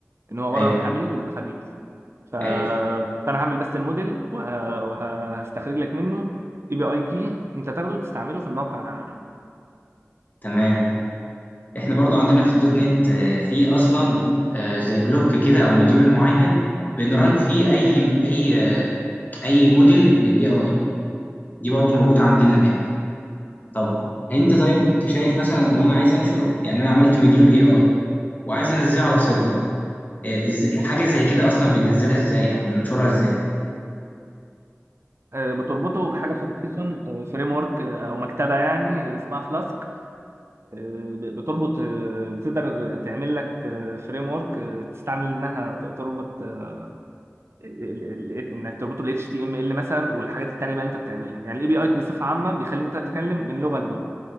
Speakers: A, on the right; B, on the left.
A: ان هو عباره
B: ايوه
A: عن حميد ولا خبيث ف...
B: ايوه
A: فانا هعمل بس الموديل وه... وهستخرج لك منه اي بي اي كي انت تاخده تستعمله في الموقع
B: تمام احنا برضو عندنا في الدوت نت آه، في اصلا آه، زي بلوك كده او مديول معين بنرن فيه اي اي آه، اي موديل للاي اي دي برضو موجوده عندنا هناك طب انت طيب انت شايف مثلا لو انا عايز انشر يعني انا عملت مديول اي اي وعايز انزله على سيرفر آه، إز- حاجه زي كده اصلا بننزلها ازاي او بننشرها ازاي
A: آه، بتربطه بحاجه في البايثون فريم ورك او مكتبه يعني اسمها فلاسك بتربط آه، بتقدر تعمل لك فريم ورك تستعمل انها ت- تربط آه، ال- ال- ال- انك تربطه ال HTML مثلا والحاجات التانيه بقى اللي انت بتعملها يعني الاي بي اي بصفه عامه بيخليك انت تتكلم من لغه للغه